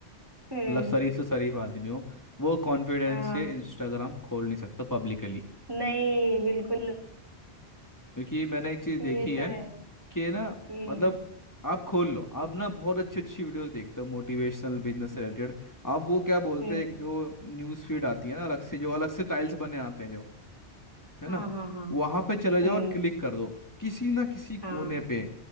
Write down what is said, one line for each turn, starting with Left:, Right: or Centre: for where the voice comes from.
Right: हम्म
Left: मतलब शरीफ से शरीफ आदमी हो वो कॉन्फिडेंस
Right: हाँ
Left: से इंस्टाग्राम खोल नहीं सकता पब्लिकली
Right: नहीं बिल्कुल
Left: क्योंकि मैंने एक चीज देखी
Right: ये
Left: है
Right: तो है
Left: कि ना
Right: हम्म
Left: मतलब आप खोल लो आप ना बहुत अच्छी अच्छी वीडियोस देखते हो मोटिवेशनल बिजनेस से रिलेटेड आप वो क्या बोलते
Right: हम्म
Left: हैं एक जो न्यूज़ फीड आती है ना अलग से जो अलग से टाइल्स बने आते हैं जो है
Right: हाँ
Left: ना
Right: हाँ हाँ
Left: वहां पे चले जाओ
Right: हम्म
Left: और क्लिक कर दो किसी ना किसी कोने
Right: हाँ
Left: पे